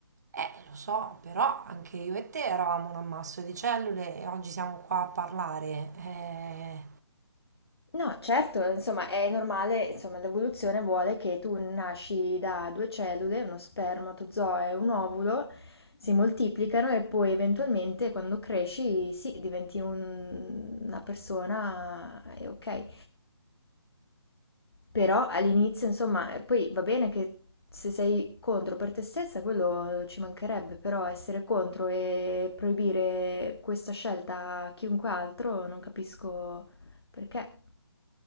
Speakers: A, on the right; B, on the left.
A: Eh, lo so, però anche io e te eravamo un ammasso di cellule e oggi siamo qua a parlare. eh.
B: No, certo, insomma, è normale, insomma, l'evoluzione vuole che tu nasci da due cellule, uno spermatozoo e un ovulo, si moltiplicano e poi eventualmente quando cresci, sì, diventi un- una persona e ok. Però all'inizio, insomma, eh, poi va bene che se sei contro per te stessa, quello ci mancherebbe, però essere contro e proibire questa scelta a chiunque altro, non capisco perché.